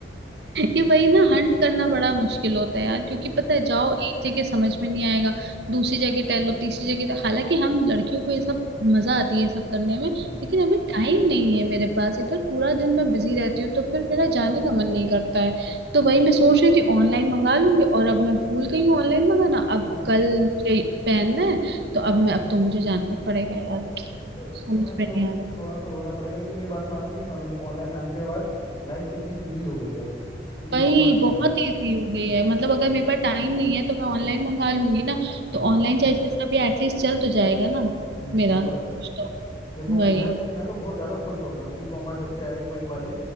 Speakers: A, on the left (about 25°); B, on the right (about 60°).
A: हम्म,
B: ये वही ना हंट करना बड़ा मुश्किल होता है यार क्योंकि
A: हाँ
B: पता है जाओ एक जगह समझ में नहीं आएगा दूसरी जगह टहलो तीसरी जगह टहलो। हालांकि हम लड़कियों को ये सब मजा आती
A: हम्म,
B: है ये सब करने में लेकिन
A: हाँ
B: अभी टाइम नहीं है मेरे पास इधर पूरा दिन मैं बिजी रहती हूँ तो फिर मेरा जाने का मन नहीं करता है तो वही मैं सोच रही थी ऑनलाइन मंगा लूंगी और अब मैं भूल गई हूँ ऑनलाइन मंगाना अब
A: <laughs>
B: कल मुझे पहनना है तो अब मैं अब तो मुझे जाना ही पड़ेगा यार
A: अरे तो
B: समझ
A: इतना चलो
B: में नहीं आ रहा
A: थोड़ा तो होना पड़ेगा लेकिन ये बात मानोगे नहीं मानोगे ऑनलाइन आने के बाद लाइफ कितनी ईजी हो गई है E
B: वही
A: commerce
B: बहुत
A: हाँ
B: इजी हो गई है मतलब अगर मेरे पास टाइम नहीं है तो मैं ऑनलाइन मंगा लूंगी ना
A: हाँ
B: तो ऑनलाइन चाहे जैसा भी एटलीस्ट चल तो जाएगा ना
A: हम्म
B: मेरा
A: ये बात
B: कुछ
A: है
B: तो
A: देखो
B: वही
A: मैं तो मैं तो बहुत ज़्यादा खुश हो गया हूँ ई कॉमर्स जब से आया क्विक वाले